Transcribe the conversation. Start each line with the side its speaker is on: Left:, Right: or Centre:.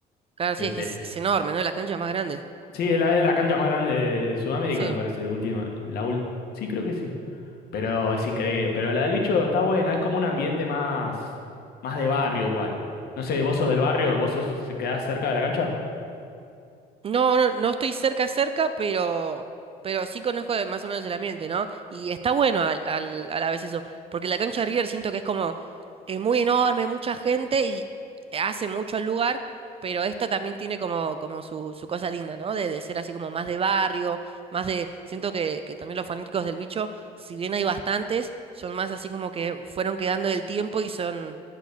Right: Claro,
Left: te-
Right: sí, es
Left: te-
Right: que es, es enorme, ¿no? Las canchas más grandes.
Left: sí, es la, es la cancha más grande de, Sudamérica,
Right: Sí.
Left: me parece, última. La ul- sí, creo que sí. Pero es increíble. Pero la de Lucho está buena, es como un ambiente más, más de barrio igual. No sé, ¿vos sos del barrio? ¿Vos sos, se quedás cerca de la cancha?
Right: No, no, no estoy cerca, cerca, pero, pero sí conozco de- más o menos el ambiente, ¿no? Y está bueno al, al- a la vez eso, porque la cancha de River siento que es como, es muy enorme, mucha gente y hace mucho al lugar, pero esta también tiene como, como su, su cosa linda, ¿no? De, de ser así como más de barrio, más de, siento que, que también los fanáticos del bicho, si bien hay bastantes, son más así como que fueron quedando del tiempo y son,